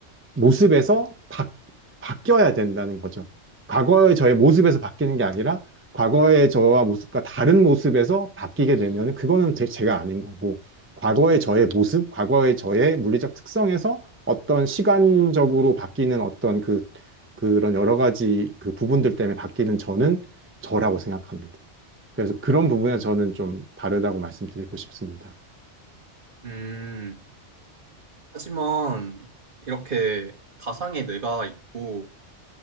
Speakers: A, on the right; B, on the right.
A: 모습에서 바, 바뀌어야 된다는 거죠. 과거의 저의 모습에서 바뀌는 게 아니라 과거의 저와 모습과 다른 모습에서 바뀌게 되면 그거는 제, 제가 아닌 거고 과거의 저의 모습, 과거의 저의 물리적 특성에서 어떤 시간적으로 바뀌는 어떤 그 그런 여러 가지 그 부분들 때문에 바뀌는 저는 저라고 생각합니다. 그래서 그런 부분에 저는 좀 다르다고 말씀드리고 싶습니다.
B: 음. 하지만 이렇게 가상의 뇌가 있고